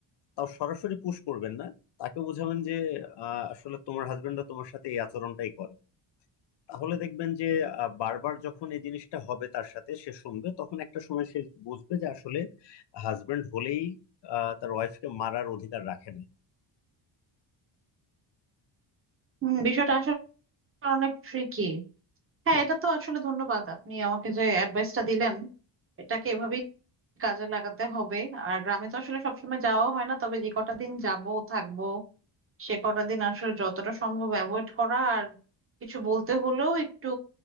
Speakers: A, on the left; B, on the right.
A: তাও সরাসরি পুশ করবেন না তাকে বোঝাবেন যে আহ, আসলে তোমার হাজবেন্ডরা তোমার সাথে এই আচরণটাই করে তাহলে দেখবেন যে আহ, বারবার যখন এই জিনিসটা হবে তার সাথে সে শুনবে তখন একটা সময় সে বুঝবে যে আসলে হাজবেন্ড হলেই আহ, তার ওয়াইফকে মারার অধিকার রাখে না
B: হম বিষয়টা আসলে অনেক ট্রিকি হ্যাঁ
A: হ্যাঁ
B: এটা তো আসলে ধন্যবাদ আপনি আমাকে যে অ্যাডভাইসটা দিলেন এটাকে এভাবেই কাজে লাগাতে হবে আর গ্রামে তো আসলে সবসময় যাওয়া হয় না তবে যে কটা দিন যাব থাকবো সে কটা দিন আসলে যতটা সম্ভব অ্যাভয়েড করা আর কিছু বলতে হলেও একটু